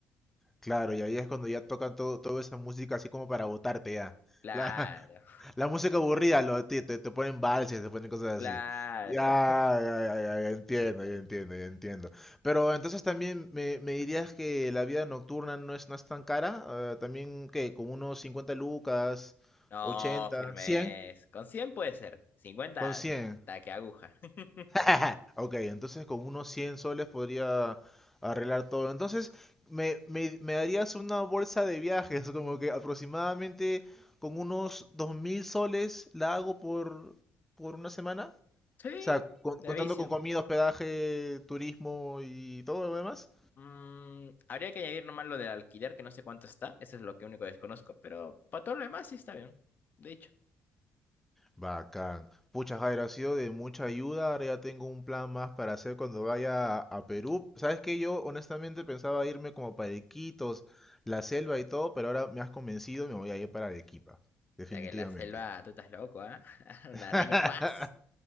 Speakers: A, in the centre; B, on the left.
A: Claro, y ahí es cuando ya tocan todo, toda esa música así como para botarte ya.
B: Claro,
A: La, <laughs> la música aburrida, lo, te, te, te ponen valses, te ponen cosas
B: <laughs> claro.
A: así. Ya, ya, ya, ya, ya entiendo, ya entiendo, ya entiendo. Pero entonces también me, me dirías que la vida nocturna no es, no es tan cara. eh, también, que Con unos 50 lucas,
B: No,
A: ochenta
B: firmes.
A: cien
B: Con 100 puede ser. cincuenta
A: con 100
B: taque aguja. <laughs>
A: <laughs> Ok, entonces con unos 100 soles podría arreglar todo. Entonces, me, me, me darías una bolsa de viajes, como que aproximadamente con unos 2.000 soles la hago por, por una semana.
B: Sí,
A: O sea, con-
B: de
A: contando
B: vicio.
A: con comida, hospedaje, turismo y todo lo demás.
B: Mm, habría que añadir nomás lo del alquiler, que no sé cuánto está. Eso es lo que único desconozco, pero para todo lo demás sí está bien. De hecho,
A: Bacán. Pucha, Jair, ha sido de mucha ayuda. Ahora ya tengo un plan más para hacer cuando vaya a, a Perú. Sabes que yo honestamente pensaba irme como para Iquitos, la selva y todo, pero ahora me has convencido y me voy a ir para Arequipa. Definitivamente.
B: ya que la selva, tú estás loco, ¿ah? <laughs> Una
A: <laughs>
B: araña, ¡juas!